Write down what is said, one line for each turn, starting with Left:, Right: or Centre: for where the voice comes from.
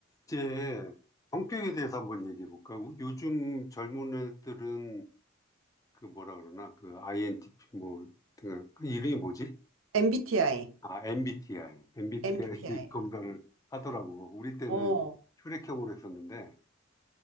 Left: 이제 성격에 대해서 한번 얘기해 볼까? 우- 요즘 젊은 애들은 그 뭐라 그러나 그 INTP 뭐 하여튼 그 이름이 뭐지?
Right: MBTI,
Left: 아 MBTI, MBTI
Right: MBTI.
Left: <laughs> 검사를 하더라고. 우리 때는
Right: 어, 어,
Left: 혈액형으로 했었는데,